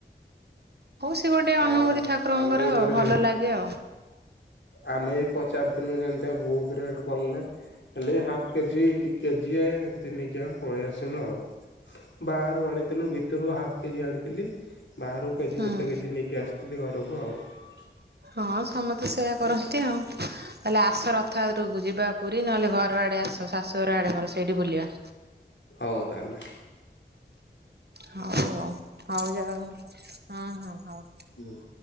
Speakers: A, on the right; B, on the left.
A: ହଉ ସେ ଗୋଟେ
B: ହଁ
A: ଅନୁଭୂତି ଠାକୁରଙ୍କର
B: ଆମେ ବି ଥରେ
A: ଆଉ ଭଲ
B: ସେମିତି
A: ଲାଗେ ଆଉ।
B: ଆମେ ବି ପଚାରିଥିଲୁ ଯେମତିଆ ବହୁତ ରେଟ କଲେ। ହେଲେ ହାଫ କେଜି କି କେଜିଏ ଏମତି ନେଇକିନା ପଳେଇ ଆସିନୁ ଆଉ। ବାହାରୁ ଆଣିଥିଲୁ ଭିତରୁ ହାଫ୍ କେଜି ଆଣିଥିଲି ବାହାରୁ କେଜି
A: ହୁଁ।
B: ଗୋଟେ କେଜି ନେଇକି ଆସିଥିଲି ଘ <unintelligible>
A: ହଁ ସମସ୍ତେ ସେୟା କରନ୍ତି ଆଉ। ହେଲେ ଆସ ରଥଯାତ୍ରକୁ ଯିବା ପୁରୀ ନହେଲେ ଘର ଆଡେ ଆସ ଶାଶୁଘର ଆଡେ ମୋର ସେଇଠି ବୁଲିବା।
B: ହଉ ତାଲେ
A: ହଉ ଆଉ ହଉ ଯାହଉ ହଁ ହଁ ହଉ।
B: ହଁ।